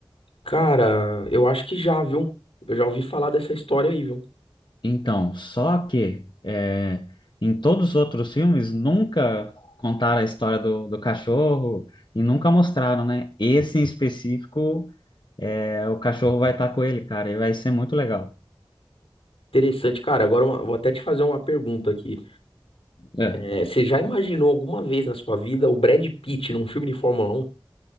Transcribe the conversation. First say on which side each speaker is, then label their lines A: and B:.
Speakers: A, on the left; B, on the left.
A: Cara, eu acho que já, viu? Eu já ouvi falar dessa história aí, viu?
B: Então, só que é, em todos os outros filmes nunca contaram a história do, do cachorro e nunca mostraram, né? Esse em específico, é, o cachorro vai estar com ele, cara, e vai ser muito legal.
A: Interessante, cara. Agora uma- vou até te fazer uma pergunta aqui.
B: É.
A: É, você já imaginou alguma vez na sua vida o Brad Pitt num filme de Fórmula 1?